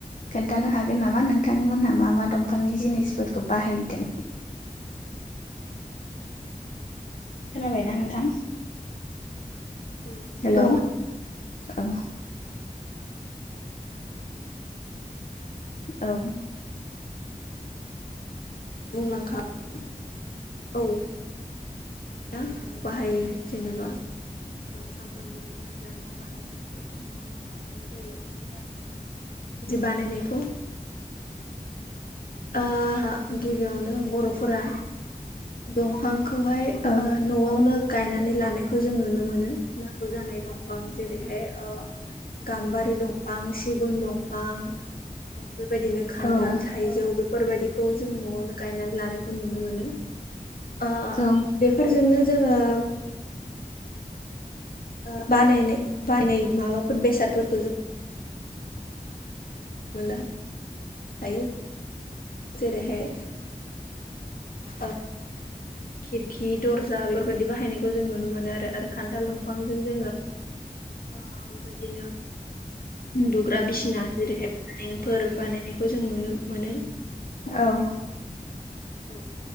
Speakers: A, on the left; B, on the left.
A: खोन्थानो हागोन नामा नोंथांमोनहा मा मा दंफांनि जिनिसफोरखौ बाहायदों खोनाबायना नोंथां
B: औ
A: हेलौ
B: दङ
A: औ औ
B: बुंलांखागोन औ याव बाहायो जेनेबा सानफ्रोमबोनि गोनां जानायाव बाहायनाय बेफोरनि मा मा बानायनाय जायो बेखौ बानाय बिदि बानायनायखौ ओ गिबियावनो बर'फोरा दंफांखौहाय
A: औ
B: ओ न'आवनो गायनानै लानायखौ जों नुनो मोनो नांगौ जानाय दं फां जेरैहाय ओ गाम्बारि दंफां सिगुन दंफां बेबायदिनो खान्थाल
A: औ
B: थाइजौ बेफोरबायदिखौ जों न'आवनो गायनानै लानायखौ नुनो मोनो ओ
A: औ
B: बेफोरजोंनो जोङो ओ बानायनाय बायनाय माबाफोर बेसादफोरखौ जों मोननो हायो जेरैहाय ओ खिरखि दर्जा बेफोरबायदि बाहायनायखौ जों नुनो मोनो आरो खान्थाल दंफांजों जोङो ओ बेबायदिनो उन्दुग्रा बिसना जेरैहाय फालेंफोर बानायनायखौ जों नुनो मोनो
A: औ
B: बेबायदि औ